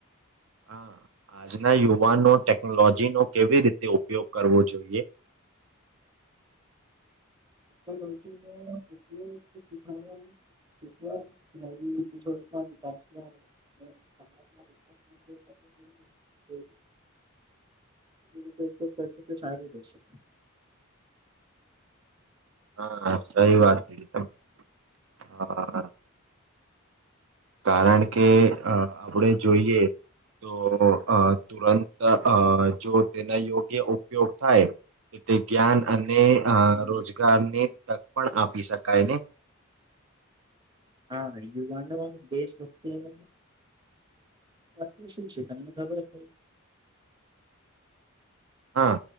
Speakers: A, on the right; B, on the right.
A: હા. આજના યુવાનો ટેકનોલોજીનો કેવી રીતે ઉપયોગ કરવો જોઈએ. <unintelligible>
B: ટેકનોલોજીને <unintelligible> સખાયા <unintelligible> <unintelligible> એ રીતે તો કરશે તો સારું રહેશે
A: હા, સહી વાત છે તમે હા કારણ કે આપણેે જોઈએ તો અતુરંત અ જો તેના યોગ્ય ઉપયોગ થાય એ જ્ઞાન અને અને
B: હમ્મ
A: રોજગારને તક પણ આપી શકાય ને
B: હા વુગનું દેશભક્તિ એ વાકી શું છે તમને ખબર કઈ
A: <unintelligible> હા